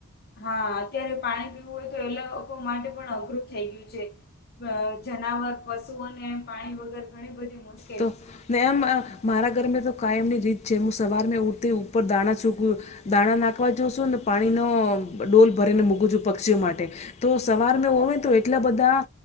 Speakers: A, on the left; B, on the left.
A: હા અત્યારે પાણી પીવું હોય તો એ લોકો માટે પણ અઘરું થઈ ગયું છે. ભ જનાવર પશુ અને પાણી વગર ઘણી બધી મુસ
B: તુ નેમ મારા ઘરમે તો કાયમની રીત છે, હું સવાર મે ઊઠી ઉપર દાણાં ચૂકવું દાણા નાખવા જોશું ન પાણીનો ડોલ ભરીને મૂકું છું પક્ષીઓ માટે તો સવાર મેં હોય તો એટલા બધા